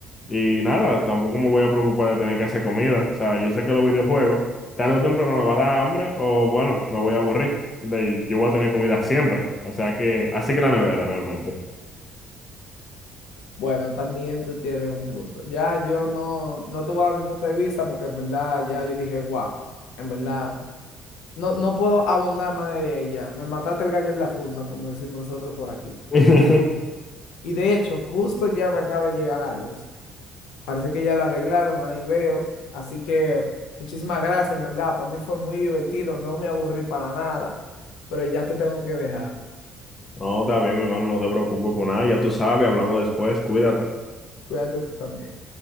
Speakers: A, on the left (about 25°); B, on the left (about 85°).
A: Y nada, tampoco me voy a preocupar de tener que hacer comida. O sea, yo sé que los videojuegos, tarde o temprano me va a dar hambre o, bueno, me voy a aburrir. De- yo voy a tener comida siempre. O sea que, así que la nevera realmente.
B: Bueno, también tú tienes un punto. Ya yo no, no te voy a dar mi punto de vista porque en verdad ya yo dije, wow, en verdad, no, no puedo abundar más de ahí ya. Me mataste el gallo en la funda, como decimos nosotros por aquí.
A: <laughs>
B: Ya. Y de hecho, justo ya me acaba de llegar la luz. Parece que ya la arreglaron, ahí veo. Así que muchísimas gracias, en verdad. Para mí fue muy divertido, no me aburrí para nada, pero ya te tengo que dejar.
A: No, está bien, mi hermano, no te preocupes por nada. Ya tú sabes, hablamos después, cuídate.
B: Cuídate tú también.